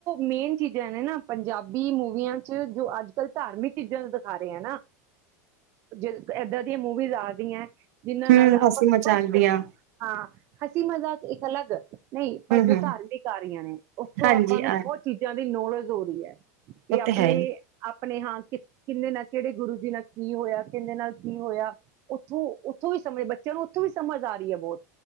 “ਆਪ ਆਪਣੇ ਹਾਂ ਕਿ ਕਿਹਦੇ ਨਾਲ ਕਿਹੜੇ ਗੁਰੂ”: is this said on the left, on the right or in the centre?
Right